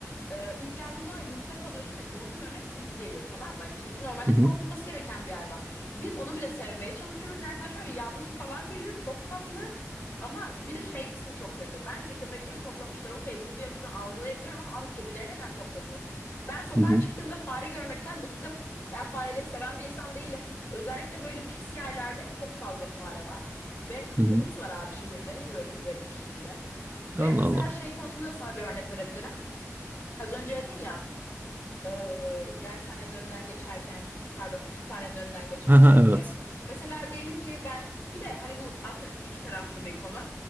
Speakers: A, on the left (about 55°); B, on the right (about 40°).
A: e, ilk geldiğim zaman yurtta kalıyordum ve yurdun önüne tilki geliyor tamam mı? Hani tilki normalde
B: Hı
A: korkulması
B: hı.
A: gereken bir hayvan. Biz onu bile sevmeye çalışıyoruz yaklaşmaya ve yavrusu falan geliyor çok tatlı. Ama bir de şey kısmı çok kötü. Bence köpekleri toplamışlar okey bunu bir açıdan algılayabiliyorum ama abi kedileri neden topladınız? Ben sokağa
B: Hı hı.
A: çıktığımda fare görmekten bıktım. Ben fareleri seven bir insan değilim. Özellikle böyle pis yerlerde çok fazla fare var. Ve
B: Hı hı.
A: kunduz var abi şehirde böyle garip bir şekilde. Ve
B: Allah
A: mesela
B: Allah.
A: şey
B: <laughs>
A: konusunda da sana bir örnek verebilirim. Az önce dedin ya e, dershanenin önünden geçerken pardon kütüphanenin önünden geçerken
B: Ha, ha, Evet.
A: diye. Mesela diyelim ki ben bir de hani bu aslında iki taraflı bir konu.